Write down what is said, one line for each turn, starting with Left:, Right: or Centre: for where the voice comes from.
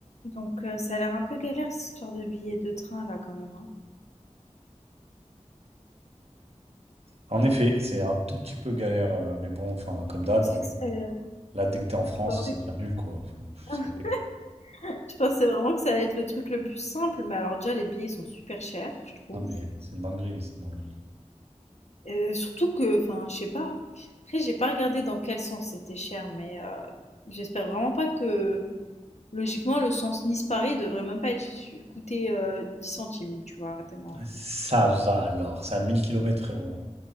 Left: Donc, heu, ça a l'air un peu galère cette histoire de billets de train là quand même, hein.
Right: En effet, c'est un tout petit peu galère, euh, mais bon, enfin, comme d'hab,
Left: Je pensais
Right: hein.
Left: que c'est
Right: Là, dès que t'es en France,
Left: je pensais
Right: c'est
Left: que
Right: déjà nul, quoi. Enfin, pff,
Left: <laughs>
Right: c'est horrible.
Left: je pensais vraiment que ça allait être le truc le plus simple, mais alors déjà les billets sont super chers, je trouve.
Right: Ah, mais c'est une dinguerie, c'est une dinguerie.
Left: Heu, surtout que enfin je sais pas, après j'ai pas regardé dans quel sens c'était cher, mais, heu, j'espère vraiment pas que logiquement le sens Nice-Paris devrait même pas être coûter, heu, 10 centimes, tu vois? Tellement
Right: Ça va alors, c'est à 1000 kilomètres, frérot. hein.